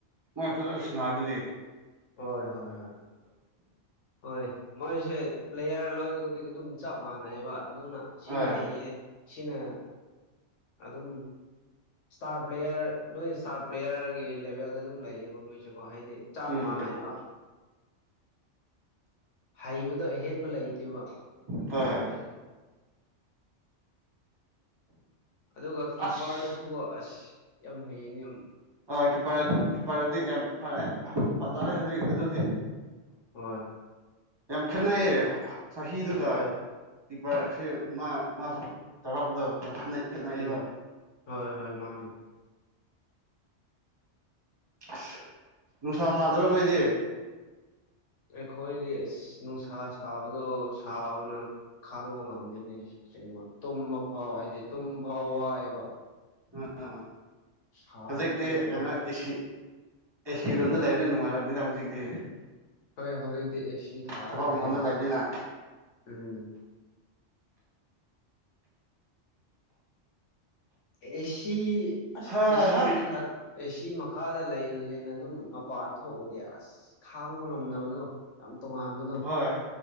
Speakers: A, on the right (about 25°); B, on the left (about 80°).
A: ꯃꯣꯏ ꯐꯖꯅ ꯁꯅꯥꯏꯗꯨꯗꯤ
B: ꯍꯣꯏ ꯍꯣꯏ ꯍꯣꯏ ꯍꯣꯏ ꯃꯣꯏꯁꯦ ꯄ꯭ꯂꯦꯌꯥꯔ ꯂꯣꯏꯈꯨꯗꯤꯡ ꯑꯗꯨꯝ ꯆꯞ ꯃꯥꯟꯅꯩꯕ ꯑꯗꯨꯅ ꯁꯤꯅ
A: ꯑ
B: ꯍꯩꯌꯦ ꯁꯤꯅ ꯑꯗꯨꯝ ꯏꯁꯇꯥꯔ ꯄ꯭ꯂꯦꯌꯔ ꯂꯣꯏ ꯏꯁꯇꯥꯔ ꯄ꯭ꯂꯦꯌꯔꯒꯤ ꯂꯦꯚꯦꯜꯗ ꯑꯗꯨꯝ ꯂꯩꯌꯦꯕ ꯃꯣꯏꯁ‌ꯦꯀꯣ ꯍꯥꯏꯗꯤ ꯆ
A: ꯎꯝ
B: ꯃꯅꯥꯏꯕ ꯍꯩꯕꯗꯣ ꯑꯍꯦꯟꯕ ꯂꯩꯇꯦꯕ
A: ꯍ‌ꯣꯏ
B: ꯑꯗꯨꯒ ꯀꯤꯞꯄꯔꯗꯨꯁꯨꯀꯣ
A: ꯑꯁ
B: ꯑꯁ ꯌꯥꯝ ꯍꯩꯅꯦ
A: ꯑ ꯀꯤꯞꯄꯔ ꯀꯤꯞꯄꯔꯗꯤ ꯌꯥꯝ ꯐꯔꯦ ꯐꯖꯔꯦ ꯍꯧꯖꯤꯛ ꯑꯗꯨꯗꯤ
B: ꯍ‌ꯣꯏ
A: ꯌꯥꯝ ꯈꯦꯠꯅꯩꯌꯦ ꯆꯍꯤꯗꯨꯒ
B: ꯍꯣꯏ
A: ꯀꯤꯞꯄꯔꯁꯦ ꯃꯥ ꯃꯥ ꯇꯧꯔꯛꯄꯗꯣ ꯌꯥꯝ ꯈꯠꯅꯩ ꯈꯦꯠꯅꯩꯌꯦꯕ
B: ꯎꯝ ꯍꯣꯏ ꯍꯣꯏ ꯃꯥꯅꯦ
A: ꯑꯁ ꯅꯨꯡꯁꯥ ꯁꯥꯗ꯭ꯔꯣ ꯅꯣꯏꯗꯤ
B: ꯑꯩꯈꯣꯏꯗꯤ ꯑꯁ ꯅꯨꯡꯁꯥ ꯁꯥꯕꯗꯣ ꯁꯥꯕꯅ ꯈꯥꯡꯕ ꯉꯝꯗ‌ꯦꯅ‌ꯦ ꯀꯩꯅ‌ꯣ ꯇꯨꯝꯕ ꯐꯥꯎ ꯍꯥꯏꯗꯤ ꯇꯨꯝ ꯐꯥꯎ ꯋꯥꯏꯑꯕ
A: ꯑꯥ
B: ꯁꯥꯕꯗꯒꯤꯀꯣ
A: ꯑ ꯍꯧꯖꯤꯛꯇꯤ ꯀꯩꯅꯣ ꯑꯦꯁꯤ ꯑꯦ ꯁꯤ ꯔꯨꯝꯗ ꯂꯩꯕꯅꯤꯅ ꯅꯨꯡꯉꯥꯏꯔꯕꯅꯤꯅ ꯍꯧꯖꯤꯛꯇꯤ
B: ꯍꯣꯏ ꯍꯧꯖꯤꯛꯇꯤ ꯑꯦꯁꯤ ꯊꯥꯔꯒ
A: ꯊꯕꯛ ꯃꯐꯝꯗ
B: ꯂꯩꯌ‌ꯦ
A: ꯂꯩꯕꯅꯤꯅ
B: ꯎꯝ ꯑꯦꯁꯤ ꯑꯁ
A: ꯍꯥ
B: ꯑꯦꯁꯤ
A: ꯍꯥ
B: ꯃꯊꯛ ꯑꯦ ꯁꯤ ꯃꯈꯥꯗ ꯂꯩꯅ ꯂꯩꯅ ꯑꯗꯨꯝ ꯃꯄꯥꯟ ꯊꯣꯛꯑꯗꯤ ꯑꯁ ꯈꯥꯡꯕ ꯉꯝꯅꯕꯗꯣ ꯌꯥꯝ ꯇꯣꯉꯥꯟꯕꯗꯣ
A: ꯍ‌ꯣꯏ